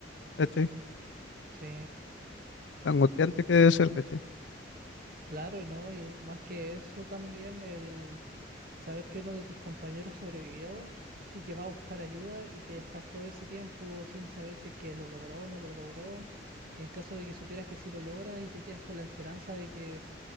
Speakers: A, on the left; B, on the right.
A: ¿Cachai?
B: Sí,
A: Lo angustiante que debe ser, ¿cachai?
B: Claro, y no, y más que eso también el saber que uno de tus compañeros sobrevivió y que va a buscar ayuda y que estás todo ese tiempo sin saber si es que lo logró o no lo logró. Y en caso de que supieras que sí lo logra y te quedas con la esperanza de que